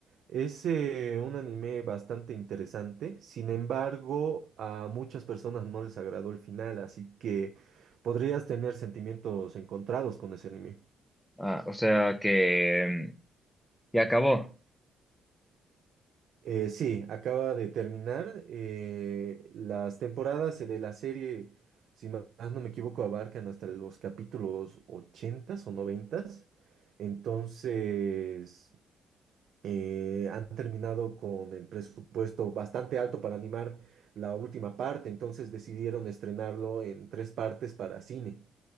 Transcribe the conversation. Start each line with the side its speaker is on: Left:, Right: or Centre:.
Right: es eh, un anime bastante interesante, sin embargo a muchas personas no les agradó el final, así que podrías tener sentimientos encontrados con ese anime.
Centre: Ah, o sea que mm, ya acabó.
Right: Eh, sí, acaba de terminar, eh, las temporadas de la serie, si ma- más no me equivoco, abarcan hasta los capítulos 80 o 90. Entonces... eh, han terminado con el presupuesto bastante alto para animar la última parte, entonces decidieron estrenarlo en tres partes para cine,